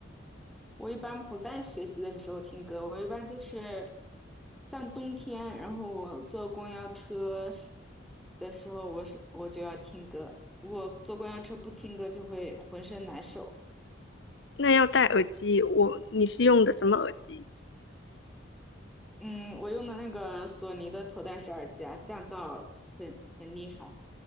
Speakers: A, in the centre; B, on the left (about 65°).
A: 我一般不在学习的时候听歌，我一般就是像冬天，然后我坐公交车时的时候，我是我就要听歌。如果坐公交车不听歌，就会浑身难受。
B: 那要戴耳机，我你是用的什么耳机？
A: 嗯，我用的那个索尼的头戴式耳机啊，降噪很很厉害，